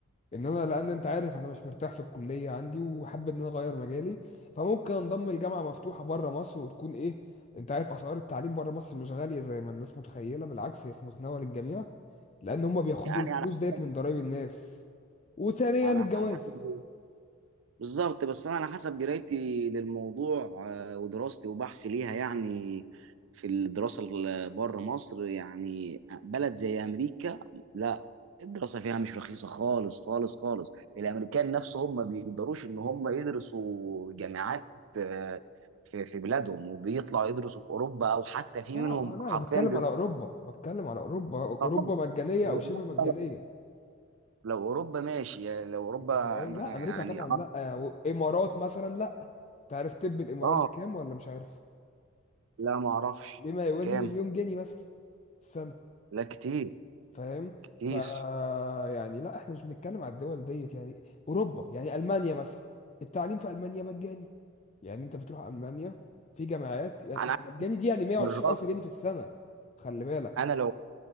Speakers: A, on the left; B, on the right.
A: ان انا لان انت عارف انا مش مرتاح في الكليه عندي وحابب ان انا اغير مجالي فممكن انضم لجامعه مفتوحه بره مصر وتكون ايه انت عارف اسعار التعليم بره مصر مش غاليه زي ما الناس متخيله بالعكس هي في متناول الجميع لان هم بياخدوا
B: يعني
A: الفلوس
B: على
A: ديت
B: حسب
A: من ضرائب الناس وثانيا
B: على
A: الجواز
B: على حسب بالظبط بس انا على حسب قرايتي للموضوع آه، ودراستي وبحثي ليها يعني في الدراسه ال- بره مصر يعني آه، بلد زي امريكا لا الدراسه فيها مش رخيصه خالص خالص خالص الامريكان نفسهم ما بيقدروش ان هم يدرسوا جامعات آه، في في بلادهم وبيطلعوا يدرسوا في اوروبا او حتى في
A: اه
B: منهم
A: اه لا
B: حرفيا
A: انا بتكلم
B: بيروحوا
A: على اوروبا بتكلم على اوروبا اوروبا
B: آه،
A: مجانيه
B: لو
A: او شبه مجانيه
B: أوروبا لو أوروبا ماشي يعني لو اوروبا
A: انت فاهم
B: انا
A: لا امريكا
B: يعني
A: طبعا
B: اه
A: لا وامارات مثلا لا تعرف طب الامارات
B: آه،
A: بكام ولا مش عارف
B: لا ما اعرفش
A: بما يوازي
B: كام
A: مليون جنيه مثلا
B: لا كتير
A: فاهم
B: كتير
A: ف يعني لا احنا مش بنتكلم على الدول ديت يعني اوروبا يعني المانيا مثلا التعليم في المانيا مجاني يعني انت بتروح المانيا في جامعات يعني
B: انا عايز
A: مجاني دي يعني 120
B: بالراجل
A: الف جنيه في السنه خلي بالك
B: انا لو